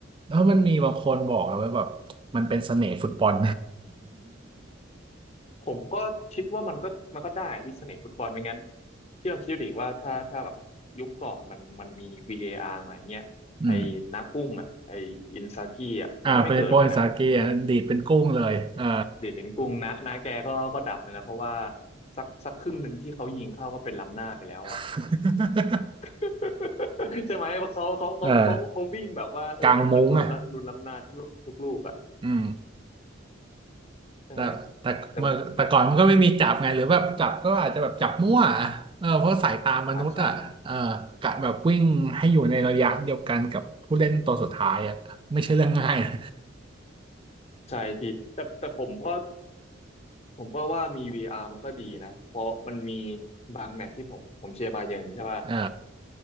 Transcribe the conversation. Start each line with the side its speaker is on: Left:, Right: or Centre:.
Right: แล้วมันมีบางคนบอกอะว่าแบบมันเป็นเสน่ห์ฟุตบอล
Left: ผมก็คิดว่ามันก็มันก็ได้วิเสน่ห์ฟุตบอลไม่งั้นพี่ลองคิดดูดิว่าถ้าถ้าแบบยุคก่อนมันมันมี VAR มาอย่างเงี้ยไอ้นากุ้งอ่ะไอ้อินซากิอ่ะมันก็ไม่เกิดเลยนะ
Right: <laughs> อืมอ่าไปโปรยสาเกอะดีดเป็นกุ้งเลยอ่า
Left: เดชเป็นกุ้งนะนาแกก็ก็ดับเลยนะเพราะว่าสักสักครึ่งหนึ่งที่เขายิงเข้าก็เป็นล้ำหน้าไปแล้วอ่ะ
Right: <laughs>
Left: <laughs> ใช่ไหมเพราะเขาเขาเขาเขาเขาวิ่งแบบว่าเออมันมันลุ้นละลุ้นล้ำหน้าทุกทุกลูกอ่ะ
Right: เออกลางมุ้งอ่ะอืม
Left: ใช่ไหม
Right: แต่แต่เมื่อแต่ก่อนมันก็ไม่มีจับไงหรือแบบจับก็อาจจะแบบจับมั่วอะเออเพราะสายตามนุษย์อ่ะเออกะแบบวิ่งให้อยู่ในระยะเดียวกันกับผู้เล่นตัวสุดท้ายอ่ะไม่ใช่เรื่องง่ายนะ
Left: แต่อ่าใช่ใช่พี่แต่แต่ผมก็ผมก็ว่ามี VR มันก็ดีนะเพราะมันมีบางแมตช์ที่ผมผมเชียร์บาเยิร์นใช่ป่ะ
Right: เออ